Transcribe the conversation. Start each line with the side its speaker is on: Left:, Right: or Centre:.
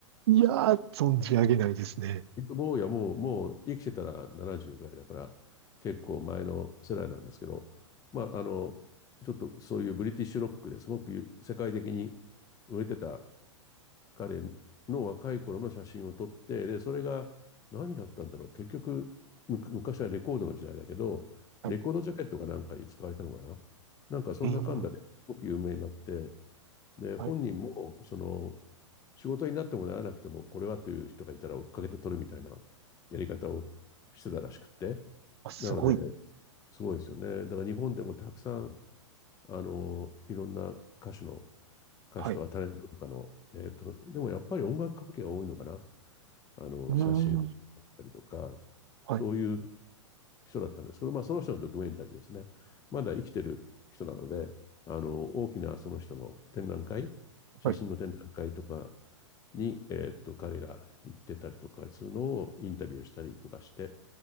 Right: いやー、存じ上げないですね。
Left: 坊やもう、もう生きてたら70ぐらいだから、結構前の世代なんですけど、まあ、あの、ちょっとそういうブリティッシュロックですごく世界的に売れてた彼の若い頃の写真を撮って、で、それが何だったんだろう。結局、む昔はレコードの時代だけど、
Right: はい。
Left: レコードジャケットかなんかに使われたのかな。なんかそんなかんだですごく有名になって、
Right: えー、
Left: で、
Right: はい。
Left: 本人も、その、仕事になってもならなくても、これはという人がいたら追っかけて取るみたいなやり方をしてたらしくって。
Right: あ、すごい。
Left: なので、すごいですよね。だから日本でもたくさん、あの、いろんな歌手の、歌手とかタレントとかの、
Right: はい。
Left: えーと、でもやっぱり音楽関係が多いのかな。あの、
Right: うーん。
Left: 写真を撮ったりとか、
Right: はい。
Left: そういう人だったんですけど、まあ、その人のドキュメンタリーですねまだ生きてる人なのであの大きなその人の展覧会写真の展覧会とか
Right: はい。
Left: に、えーっと彼が行ってたりとかするのをインタビューしたりとかして